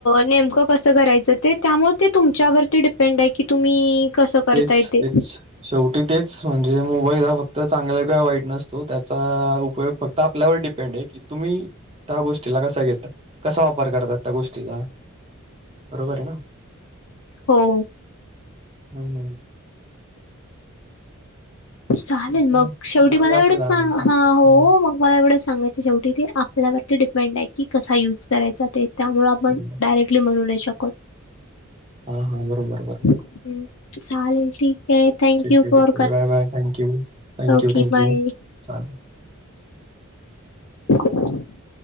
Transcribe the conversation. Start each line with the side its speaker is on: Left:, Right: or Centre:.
Left: नेमकं कसं करायचं ते त्यामुळे ते तुमच्यावरती डिपेंड आहे की तुम्ही कसं करताय
Right: तेच
Left: ते
Right: तेच शेवटी तेच म्हणजे मोबाईल हा फक्त चांगला कािय वाईट नसतो त्याचा उपयोग फक्त आपल्यावर डिपेंड आहे की तुम्ही त्या गोष्टीला कसा घेता कसा वापर करतात त्या गोष्टीचा बरोबर आहे ना
Left: हो
Right: हम् हम
Left: चालेल
Right: ठीक
Left: मग
Right: आहे
Left: शेवटी
Right: झाले
Left: मला
Right: आपले
Left: एवढं
Right: दहा
Left: सां
Right: मिनिटं.
Left: हा हो
Right: हम्म
Left: मग मला एवढंच सांगायचं शेवटी आपल्यावरती डिपेंड आहे की कसा युज करायचा ते त्यामुळे आपण
Right: हम्म.
Left: डायरेक्टली म्हणू नाही शकत
Right: हा हा बरोबर बरोबर
Left: हम्म चालेल ठीक आहे थँक
Right: ठीक
Left: यू
Right: आहे ठीक
Left: ट
Right: आहे बाय बाय थँक्यू थँक्यू
Left: क
Right: थँक्यू
Left: बाय
Right: चालेल.
Left: <inaudible>